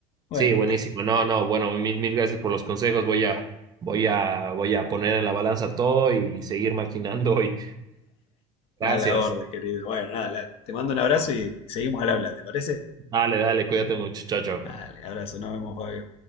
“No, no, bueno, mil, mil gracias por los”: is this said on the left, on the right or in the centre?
Right